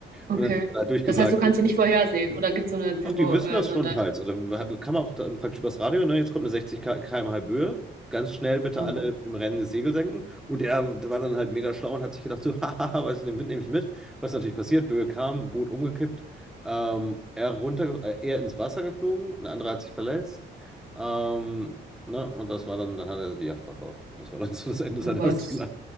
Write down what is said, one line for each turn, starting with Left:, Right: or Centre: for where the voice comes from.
Right: okay.
Centre: Und dann hat er durchgesagt,
Right: Das heißt, du kannst sie nicht vorhersehen oder gibt es so eine Tempo,
Centre: doch, die wissen
Right: äh,
Centre: das
Right: so
Centre: schon
Right: eine,
Centre: teils. Oder kann man auch dann praktisch übers Radio, ne? Jetzt kommt eine 60 km/h Böe. Ganz schnell bitte
Right: oh,
Centre: alle
Right: Gott,
Centre: im Rennen das Segel senken. Und er war dann halt mega schlau und hat sich gedacht, so, <laughs> hahaha, weißt du, den Wind nehme ich mit. Was natürlich passiert, Böe kam, Boot umgekippt, ähm, er runter, äh, er ins Wasser geflogen, ein anderer hat sich verletzt. Ähm, ne? Und das war dann, dann hat er die Yacht verkauft. Das war dann <laughs> so das Ende seiner
Right: oh Gott.
Centre: Segelei.